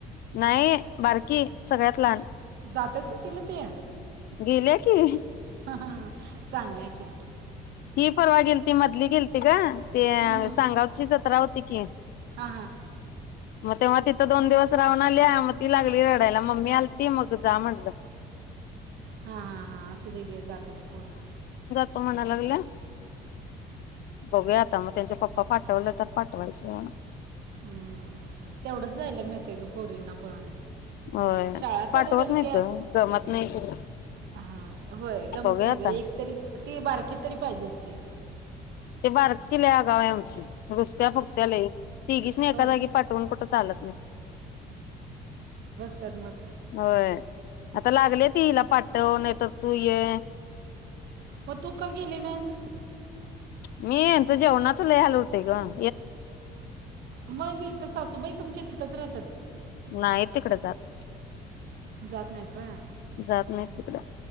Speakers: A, on the left; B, on the right.
A: नाही बारकी सगळ्यात लहान
B: जाते सुट्टीला ती?
A: गेल्या की
B: हा ह ह चांगलंय कि...
A: ही परवा गेलती मधली गेलती गं.. ते
B: हम्म, हम्म.
A: सांगावची जत्रा होत <inaudible>
B: हा हा
A: मग तेव्हा तिथं दोन दिवस राहून आल्या मग ती लागली रडायला मम्मी आलती मग जा म्हटलं......
B: हा हा हा असू दे घे जातात पोरं....
A: त म्हणाय लागल्या बघूया आता मग त्यांच्या पप्पा पाठवले तर पाठवायचं.
B: हम्म तेवढच जायलं मिळते गं पोरींना पण...
A: होय
B: शाळा
A: पाठवत
B: चालू झाली
A: नाहीत
B: कि
A: ग गमत नाही
B: हा होय गमत
A: बघूया
B: नाही
A: आता
B: ग एक तरी ती बारकी तरी पाहिजेच की
A: ते बारकी लय <inaudible> रुसत्या फुगत्या लई तिघीसनी एका
B: हो
A: जागी पाठवून कुठं चालत नाय.
B: त्यात मग
A: होय आता लागले ती हिला पाठव नाही तर... तु ये
B: मगं तु का गेली नाहीस?
A: मी यांचं जेवणाच लई हाल होतयं गं...
B: मगं इथ सासूबाई तुमच्या तिथंच राह...
A: नाही तिकडे जात...
B: जात नाहीत व्हय
A: जात नाहीत तिकडं